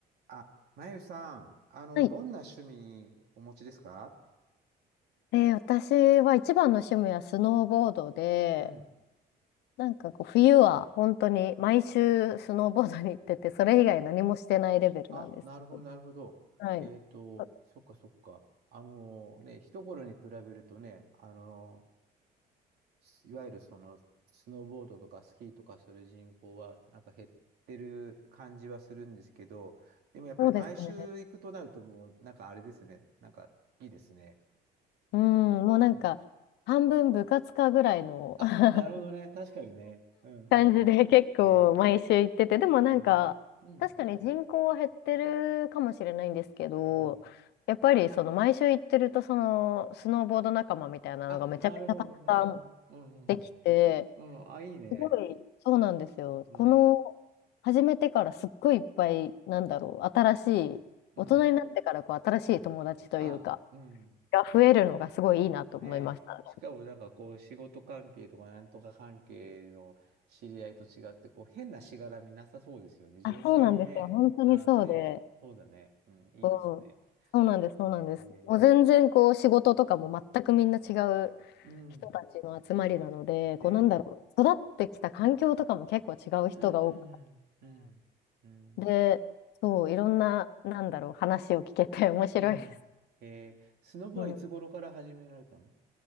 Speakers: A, on the right (about 70°); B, on the left (about 80°).
A: あ、まゆさん、あの、
B: はい。
A: どんな趣味お持ちですか
B: えー私は一番の趣味はスノーボードで、
A: うん。
B: なんかこう冬は本当に毎週スノーボードに行ってて、それ以外何もしてないレベルなんです。
A: あ、なるほど、なるほど。
B: はい。
A: えっと、
B: あ
A: そっか、そっか。あのね、一頃に比べるとね、あのすいわゆるその、スノーボードとかスキーとかする人口は、なんか減ってる感じはするんですけど、でもやっぱり毎週行くとなるともう、
B: そうですね。
A: なんかあれですね、なんかいいですね。
B: うん、もうなんか半分部活かぐらいの
A: うん。あ、
B: <laughs>
A: なるほどね。確かにね。うんうんうん。
B: 感じで結構毎週行ってて、
A: ね
B: でもなんか確かに人口は減ってるかもしれないんですけど、
A: え。えーうん。うん。
B: やっぱりその毎週行ってるとそのスノーボード仲間みたいなのがめちゃめちゃたくさん
A: あ、なるほど、なるほど。うん、
B: できて、
A: うん。うんあ、いいね。
B: すごい、そうなんですよ。
A: うん、
B: この、始めてからすっごいいっぱい、なんだろう、新しい、
A: うん。
B: 大人になってからこう新しい友達というか、
A: あ、うん。
B: が増えるのがすごいいいなと思いましたね。
A: ね。しかも、なんかこう、仕事関係とか、なんとか関係の知り合いと違って、こう、変なしがらみなさそうですよね。純粋にね。
B: あ、そうなんですよ。本当にそうで、
A: あ、ね。そうだね。うん、いいですね。
B: こう、そうなんです、そうなんです。
A: へえ。
B: もう全然こう仕事とかも全くみんな違う
A: うん。
B: 人たちの集まりなので、
A: ね。
B: こうなんだろう、育ってきた環境とかも結構違う人が多く
A: うん、うん、うん。うん。
B: て、で、そう、いろんな、なんだろう、話を聞けて面白いです。
A: うん。えー、スノボはいつ頃から始められたの
B: うん